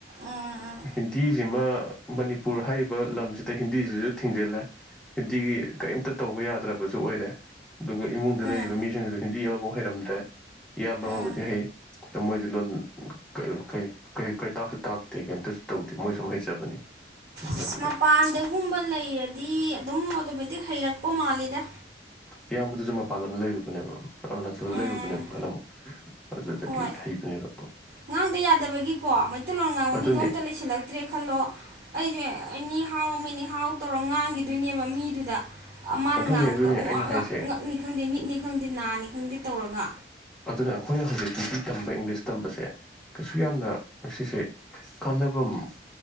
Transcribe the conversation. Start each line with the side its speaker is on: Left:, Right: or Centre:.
Right: ꯎꯝ ꯎꯝ
Centre: ꯍꯤꯟꯇꯤꯁꯤꯃ ꯃꯅꯤꯄꯨꯔ ꯍꯥꯏꯔꯤꯕ ꯂꯝꯁꯤꯗ ꯍꯤꯟꯗꯤꯁꯤꯁꯨ ꯊꯤꯡꯖꯤꯜꯂꯦ ꯍꯤꯟꯗꯤꯒꯤ ꯀꯔꯤꯝꯇ ꯇꯧꯕ ꯌꯥꯗ꯭ꯔꯕꯁꯨ ꯑꯣꯏꯔꯦ ꯑꯗꯨꯒ ꯏꯃꯨꯡꯗ ꯂꯩꯔꯤꯕ
Right: ꯎꯝ
Centre: ꯃꯤꯁꯤꯡꯁꯨ ꯍꯤꯟꯗꯤ ꯑꯃꯐꯥꯎ ꯍꯩꯔꯝꯗ꯭ꯔꯦ ꯏꯌꯥꯝꯕ ꯑꯃꯕꯨꯗꯤ
Right: ꯎꯝ
Centre: ꯍꯩ ꯑꯗꯨ ꯃꯣꯏꯗꯤ ꯂꯣꯟ ꯀꯩ <unintelligible> ꯀ ꯀꯩꯝꯇꯁꯨ ꯇꯥꯛꯁꯨ ꯇꯥꯛꯇꯦ ꯀꯩꯝꯇꯁꯨ ꯇꯧꯗꯦ ꯃꯣꯏꯁꯨꯝ ꯍꯩꯖꯕꯅꯤ ꯑꯗꯨꯅ
Right: ꯑꯁ ꯃꯄꯥꯟꯗꯒꯨꯝꯕ ꯂꯩꯔꯗꯤ ꯑꯗꯨꯝ ꯑꯣꯇꯣꯃꯦꯇꯤꯛ ꯍꯩꯔꯛꯄ ꯃꯥꯜꯂꯤꯗ
Centre: ꯏꯌꯥꯝꯕꯗꯁꯨ ꯃꯄꯥꯟ ꯂꯝꯗ ꯂꯩꯔꯨꯕꯅꯦꯕ ꯑꯔꯨꯅꯥꯆꯜꯗ
Right: ꯎꯝ
Centre: ꯂꯩꯔꯨꯕꯅꯦꯕ ꯃꯥꯅ ꯑꯃꯨꯛ ꯑꯗꯨꯗꯒꯤ
Right: ꯍꯣꯏ
Centre: ꯍꯩꯕꯅꯦꯕ
Right: ꯉꯥꯡꯗ ꯌꯥꯗꯕꯒꯤꯀꯣ ꯃꯩꯇꯩꯂꯣꯟ ꯉꯥꯡꯕ
Centre: ꯑꯗꯨꯅꯦ
Right: ꯃꯤꯗꯣ ꯑꯝꯇ ꯂꯩꯁꯤꯜꯂꯛ ꯇ꯭ꯔꯦ ꯈꯜꯂꯣ ꯑꯩꯁꯦ ꯑꯦꯅꯤ ꯍꯥꯎ ꯃꯦꯅꯤ ꯍꯥꯎ ꯇꯧꯔ ꯉꯥꯡꯈꯤꯗꯣꯏꯅꯦꯕ ꯃꯤꯗꯨꯗ ꯃꯥꯅ
Centre: ꯑꯗꯨꯅꯦ
Right: ꯉꯥꯡꯕꯗꯣ
Centre: ꯑꯗꯨꯅꯦ
Right: ꯑꯝ
Centre: ꯑꯩꯅ
Right: ꯑꯥ ꯑꯝ
Centre: ꯍꯥꯏꯁꯦ
Right: ꯑꯥꯥꯥꯥ ꯉꯛꯅꯤ ꯈꯪꯗꯦ ꯃꯤꯠꯅꯤ ꯈꯪꯗꯦ ꯅꯥꯅꯤ ꯈꯪꯗꯦ ꯇꯧꯔꯒ
Centre: ꯑꯗꯨꯅ ꯑꯩꯈꯣꯏꯅ ꯍꯧꯖꯤꯛ ꯍꯤꯟꯗꯤ ꯇꯝꯕ ꯏꯪꯂꯤꯁ ꯇꯝꯕꯁꯦ ꯀꯩꯁꯨ ꯌꯥꯝꯅ ꯁꯤꯁꯦ ꯀꯥꯟꯅꯚꯝ